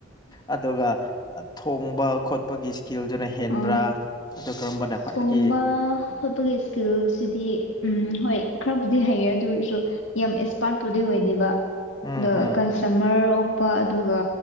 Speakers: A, on the left; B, on the left.
A: ꯑꯗꯨꯒ ꯊꯣꯡꯕ ꯈꯣꯠꯄꯒꯤ ꯏꯁꯀꯤꯜꯗꯨꯅ ꯍꯦꯟꯕ꯭ꯔꯥ
B: ꯑꯥ
A: ꯀꯔꯝꯕꯅ ꯈ꯭ꯋꯥꯏꯗꯒꯤ
B: ꯊꯣꯡꯕ ꯈꯣꯠꯄꯒꯤ ꯏꯁꯀꯤꯜꯁꯤꯗꯤ ꯎ ꯍꯣꯏ ꯈꯔꯕꯨꯗꯤ ꯍꯩꯌꯦ ꯑꯗꯨꯔꯁꯨ ꯌꯥꯝ ꯑꯦꯛꯁꯄꯥꯔꯠꯄꯨꯗꯤ ꯑꯣꯏꯗꯦꯕ
A: ꯎꯝ
B: ꯑꯗꯣ
A: ꯎꯝ
B: ꯀꯁꯇꯃꯔ ꯑꯣꯐ ꯑꯗꯨꯒ